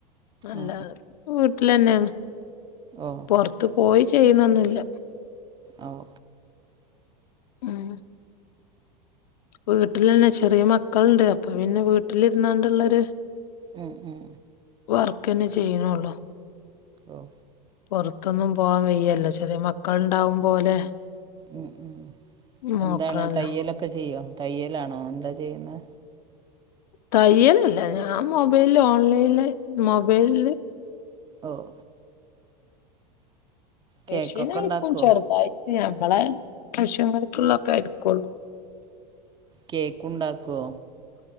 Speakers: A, on the left (about 80°); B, on the right (about 20°).
A: അല്ലാതെ
B: ആ
A: വീട്ടിലന്നെ ആണ്
B: ഓഹ്
A: പൊർത്ത് പോയി ചെയ്യുന്നൊന്നു ഇല്ല
B: അവോ
A: ഉം വീട്ട്ലന്നെ ചെറിയ മക്കൾണ്ട് അപ്പൊ പിന്നെ വീട്ടിലിരുന്നാണ്ട് ഇള്ളൊരു
B: ഉം ഉം
A: വർക്കന്നെ ചെയ്യ്ണൊള്ളൂ
B: ഓഹ്
A: പൊർത്തൊന്നും പോവാൻ വയ്യല്ലോ ചെറിയ മക്കളുണ്ടാവും മ്പോലെ
B: ഉം ഉം
A: നോക്കണല്ലോ
B: എന്താണ് തയ്യലൊക്കെ ചെയ്യോ തയ്യലാണോ എന്താ ചെയ്യുന്ന്
A: തയ്യലല്ല ഞാൻ മൊബൈല് ഓൺലൈല് മൊബൈല്
B: ഓഹ് കേക്കൊക്കെ
A: മെഷീൻ അടിക്കും
B: ഉണ്ടാക്കുവോ
A: ചെറുതായിട്ട് നമ്മളെ കഷ്യമ്പർക്കുള്ളൊക്കെ എട്ക്കൊള്ളൂ
B: കേക്കുണ്ടാക്കോ